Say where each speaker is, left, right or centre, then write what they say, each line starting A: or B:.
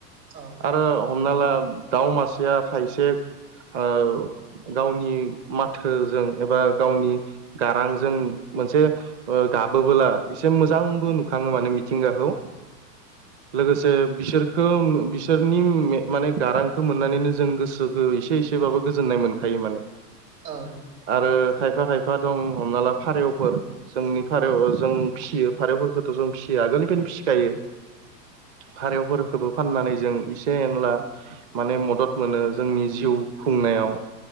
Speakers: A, on the right; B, on the right.
A: औ।
B: ओ हमना ला दाउ मासेया खायसे ओ गावनि माथोजों एबा गावनि गारांजों मोनसे गाबोबोला एसे मोजांबो नुखाङो माने मिथिंगाखौ लोगोसे बिसोरखौ बिसोरनि माने गारांखौ मोननानैनो जों गोसो ओ एसे एसेबाबो गोजोननाय मोनखायो माने
A: औ
B: आरो खायफा-खायफा दं हमना ला फारेवफोर जोंनि
A: औ
B: फारेव ओ जों फिसियो। फारेवफोरफोरखौथ' जों फिसियो आगोलनिफायनो फिखायो। फारेवफोरखौबो फाननानै जों एसे एनला। माने मदद मोनो जोंनि जिउ खुंनायाव।